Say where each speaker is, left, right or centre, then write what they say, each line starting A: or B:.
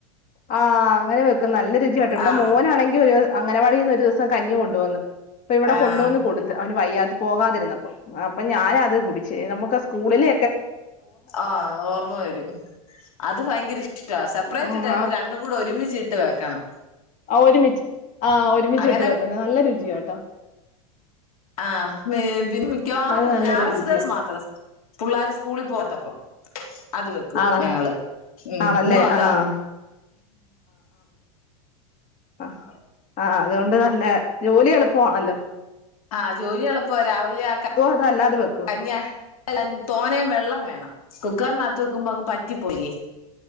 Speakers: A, on the left; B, on the left.
A: ആ അങ്ങനെ വെക്കും നല്ല രുചിയാട്ടൊ ഇവടെ
B: ആഹ്
A: മോനാണെങ്കി ഒര് അങ്ങനവാടിന്ന് ഒരുസം കഞ്ഞി കൊണ്ടൊന്ന് ഇപ്പ ഇവ്ടെ
B: ആഹ്
A: കൊണ്ട് വന്ന് കൊട്ത്ത് ഓന് വയ്യാത് പോകാതിര്ന്ന്പ്പ ആ അപ്പ ഞാന് അത് കുടിച്ച് എ നമ്മക്ക് കൂളില്
B: ആ ഓർമ്മ വരും അത് ഭയങ്കര ഇഷ്‌ട സെപ്പറേറ്റ്
A: ഉം
B: ചെലത് രണ്ടുംകൂട ഒരുമിച്ചിട്ടെ കണം
A: അ ഒരുമിച്ച് ആ ഒരുമിച്ചിട്ട്
B: അങ്ങനെ
A: വെക്കുന്ന നല്ല രുചിയട്ടൊ
B: ആ <unintelligible> ഇതിന്റ <unintelligible> മിക്കവാറും
A: അത് നല്ലൊരു
B: ഞാറാഴ്ച
A: രുചിയാ
B: ദിവസം മാത്രം പുള്ളേര് സ്കൂൾ പോവാത്തപ്പം അത് വെക്കും
A: ആണ
B: ഞങ്ങള് മ്
A: ആണല്ലേ
B: ഇന്നു അതാ
A: ആഹ് അ ആ അത് കൊണ്ട് നല്ല ജോലി എളുപ്പമാണല്ലൊ
B: ആ ജോലി എള്പ്പ രാവിലെ ആ ക
A: അതോ അല്ലാതെ വെക്കുവോ
B: കഞ്ഞി അ തോനെ വെള്ളം വേണം കു ക്കറിനത്ത് വെക്കുമ്പ അങ്ങ് പറ്റിപോയില്ലെ